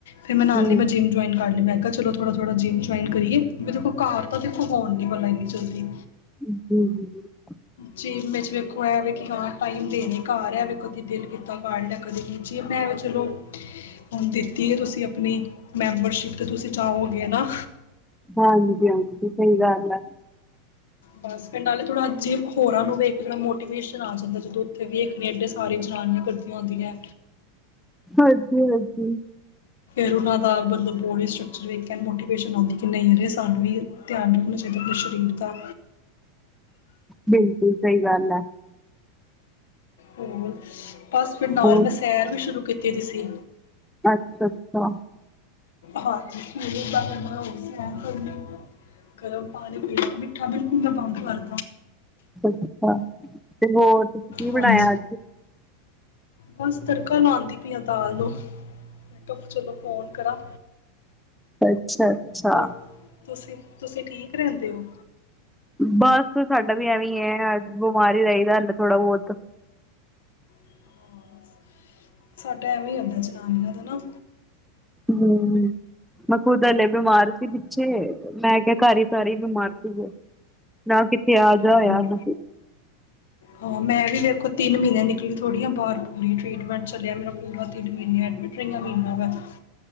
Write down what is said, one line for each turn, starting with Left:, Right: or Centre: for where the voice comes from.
Left: ਫਿਰ ਮੈਂ
Centre: ਹੂੰ
Left: ਨਾਲ ਲੈ ਮੈਂ ਜਿਮ ਜੁਆਇਨ ਕਰ ਲਈ ਮੈਂ ਕਿਹਾ ਚਲੋ ਥੋੜਾ ਥੋੜਾ ਜਿੰਮ ਜੁਆਇਨ ਕਰੀਏ ਵੀ ਦੇਖੋ ਘਰ ਤਾਂ ਦੇਖੋ ਹੋਣ ਨੀ ਪ ਇੰਨੀ ਚਲਦੀ
Centre: <inaudible>
Left: ਜੀ ਮੈਂ ਵੇਖੋ ਹੈ ਵ ਕਿ ਹਾਂ ਟਾਈਮ ਦੇਣੇ ਘਰ ਐਵੇ ਕਦੇ ਦਿਲ ਕੀਤਾ ਗਡ ਲਿਆ ਕਦੇ ਨਹੀਂ ਜੀ ਮੈਂ ਚਲੋ ਹੁਣ ਦਿੱਤੀ ਹੈ ਤੁਸੀਂ ਆਪਣੀ ਮੈਂਬਰਸ਼ਿਪ 'ਤੇ ਤੁਸੀਂ ਜਾਓਗੇ ਨਾ
Centre: ਹਾਂਜੀ ਹਾਂਜੀ ਸਹੀ ਗੱਲ ਆ
Left: <unintelligible> ਨਾਲੇ ਥੋੜਾ ਜਿਹੇ ਹੋਰਾਂ ਨੂੰ ਵੇਖ ਕੇ ਥੋੜਾ ਮੋਟੀਵੇਸ਼ਨ ਆ ਜਾਂਦਾ ਜਦੋਂ ਉੱਥੇ ਵੇਖਣੀ ਐਡੇ ਸਾਰੀ ਜਨਾਨੀਆਂ ਕਰਦੀਆਂ ਹੁੰਦੀਆਂ
Centre: ਹਾਂਜੀ ਹਾਂਜੀ
Left: ਫਿਰ ਉਹਨਾਂ ਦਾ ਮਤਲਬ ਬੋਡੀ ਸਟਕਚਰ ਵੀ ਇੱਕ ਮੋਟੀਵੇੇਸ਼ਨ ਆਉਂਦੀ ਕਿ ਨਹੀਂ ਯਾਰ ਸਾਨੂੰ ਵੀ ਧਿਆਨ ਰੱਖਣਾ ਚਾਹੀਦਾ ਆਪਣੇ ਸਰੀਰ ਦਾ
Centre: ਬਿਲਕੁਲ ਸਹੀ ਗੱਲ ਆ
Left: ਹੋਰ ਬਸ ਫਿਰ ਨਾਲ
Centre: ਹੋਰ
Left: ਮੈਂ ਸੈਰ ਵੀ ਸ਼ੁਰੂ ਕੀਤੀ ਤੇ ਤੁਸੀਂ
Centre: ਅੱਛਾ ਅੱਛਾ
Left: ਹਾਂ ਸਵੇਰੇ ਅੱਧਾ ਘੰਟਾ ਰੋਜ ਸੈਰ ਕਰਨੀ ਗਰਮ ਪਾਣੀ ਪੀਣਾ ਮਿੱਠਾ ਬਿਲਕੁਲ ਮੈਂ ਬੰਦ ਕਰ
Centre: ਅੱਛਾ, ਤੇ ਹੋਰ? ਤੁਸੀਂ ਕੀ ਬਣਾਇਆ
Left: ਹਾਂਜੀ,
Centre: ਅੱਜ
Left: ਬਸ ਤੜਕਾ ਲਾਉਣ ਦੀ ਪਈ ਦਾਲ ਨੂੰ। ਮੈਂ ਕਿਹਾ ਚਲੋ ਫੋਨ ਕਰਾਂ
Centre: ਅੱਛਾ, ਅੱਛਾ।
Left: ਹੋਰ ਤੁਸੀਂ, ਤੁਸੀਂ ਠੀਕ ਰਹਿੰਦੇ ਹੋ?
Centre: ਬਸ, ਸਾਡਾ ਵੀ ਐਵੇਂ ਹੈ। ਅਜ ਬਿਮਾਰੀ ਰਹੀ ਦਾ ਹਲੇ ਥੋੜਾ ਬਹੁਤ
Left: ਹਾਂ, ਬਸ ਸਾਡਾ ਐਵੇਂ ਹੀ ਹੁੰਦਾ, ਜਨਾਨੀਆਂ ਹਨਾ।
Centre: ਹਮ, ਮੈਂ ਖੁਦ ਹਲੇ ਬਿਮਾਰ ਸੀ। ਪਿੱਛੇ ਮੈਂ ਕਿਹਾ, ਘਰ ਹੀ ਸਾਰੇ ਬਿਮਾਰ ਸੀਗੇ। ਨਾ, ਕਿਥੇ ਆ-ਜਾ
Left: ਹਾਂ
Centre: ਹੋਇਆ ਨਾ
Left: ਹਾਂ ਮੈਂ ਵੀ ਵੇਖੋ, ਤਿੰਨ ਮਹੀਨੇ ਨਿਕਲੀ ਥੋੜ੍ਹੀ ਆਂ ਆ ਬਾਹਰ ਪੂਰੀ ਟ੍ਰਰੀਟਮੈਂਟ ਚੱਲਿਆ। ਮੇਰਾ ਪੂਰਾ ਤਿੰਨ ਮਹੀਨੇ ਐਡਮਿਟ ਰਹੀਆਂ ਮਹੀਨਾ ਭਰ